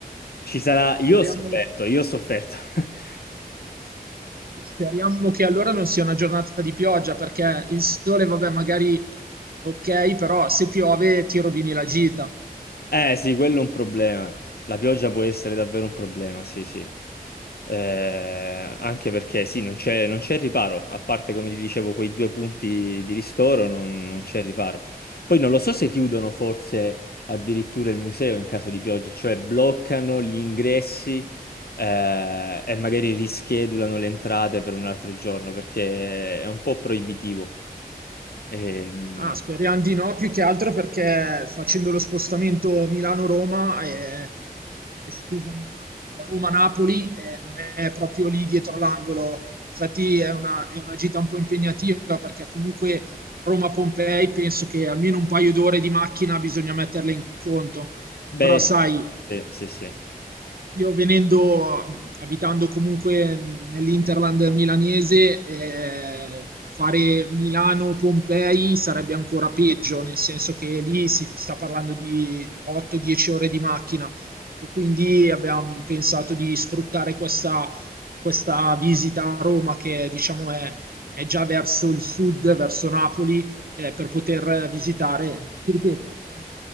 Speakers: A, on the left (about 80°); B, on the right (about 70°).
A: ci sarà,
B: Speriamo,
A: io ho sofferto, io ho sofferto. <laughs>
B: speriamo che allora non sia una giornata di pioggia, perché il sole, vabbè, magari ok, però se piove ti rovini la gita.
A: Eh sì, quello è un problema. La pioggia può essere davvero un problema, sì, sì. Eh, anche perché sì, non c'è non c'è riparo, a parte come ti dicevo quei due punti di ristoro, non, non c'è riparo. Poi non lo so se chiudono forse addirittura il museo in caso di pioggia, cioè bloccano gli ingressi eh, e magari rischedulano le entrate per un altro giorno perché è un po' proibitivo. Ehm,
B: Ah, speriamo di no, più che altro perché facendo lo spostamento Milano-Roma e, e scusami, no, Roma-Napoli eh, non è proprio lì dietro l'angolo. Infatti è una, è una gita un po' impegnativa perché comunque Roma-Pompei penso che almeno un paio d'ore di macchina bisogna metterle in conto.
A: beh,
B: Però sai,
A: sì, sì, sì. sì.
B: io venendo, abitando comunque nell'Interland milanese, eh, fare Milano-Pompei sarebbe ancora peggio, nel senso che lì si sta parlando di 8-10 ore di macchina e quindi abbiamo pensato di sfruttare questa, questa visita a Roma che diciamo è, è già verso il sud, verso Napoli eh, per poter visitare. Ti ripeto, è